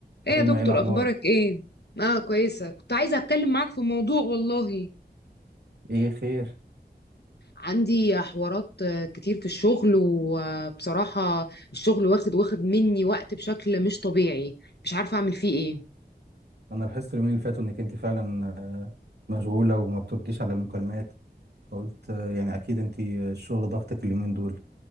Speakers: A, on the left; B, on the right.
A: ايه
B: فاطمة
A: يا دكتور
B: ايه الأخبار؟
A: اخبارك ايه اه كويسه كنت عايزه اتكلم معاك في موضوع والله
B: ايه خير؟
A: عندي حوارات آه، كتير في الشغل وبصراحه الشغل واخد واخد مني وقت بشكل مش طبيعي مش عارفه اعمل فيه ايه
B: أنا لاحظت اليومين اللي فاتوا إنك أنت فعلا مشغولة وما بترديش على المكالمات فقلت آه، يعني أكيد أنت الشغل ضغطك اليومين دول